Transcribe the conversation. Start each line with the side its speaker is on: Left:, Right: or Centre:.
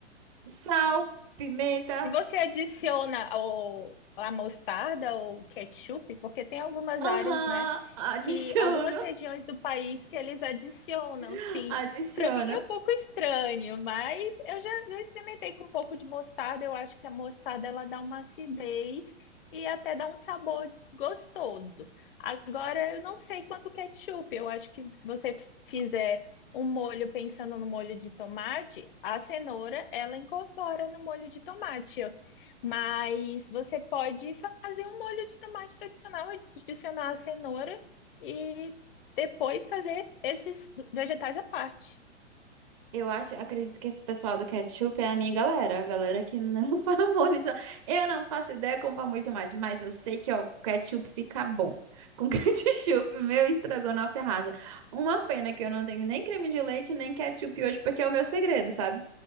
Right: Sal, pimenta.
Left: E você adiciona o, a mostarda ou ketchup, porque tem algumas áreas,
Right: Aham,
Left: né,
Right: adiciono,
Left: que algumas regiões do país que eles adicionam,
Right: <laughs>
Left: sim.
Right: adiciono.
Left: Para mim é um pouco estranho, mas eu já, já experimentei com um pouco de mostarda. Eu acho que a mostarda ela dá uma acidez e até dá um sabor gostoso. Agora eu não sei quanto ketchup. Eu acho que se você fizer o molho, pensando no molho de tomate, a cenoura ela incorpora no molho de tomate, ó. mas você pode fazer um molho de tomate tradicional, adicionar a cenoura e depois fazer esses vegetais à parte.
Right: Eu acho, acredito que esse pessoal do ketchup é a minha galera, a galera que não <laughs> famoliza. Eu não faço ideia como famulho tomate, mas eu sei que, ó, com ketchup fica bom. Com <laughs> ketchup, meu estrogonofe arrasa. Uma pena que eu não tenho nem creme de leite, nem ketchup hoje, porque é o meu segredo, sabe?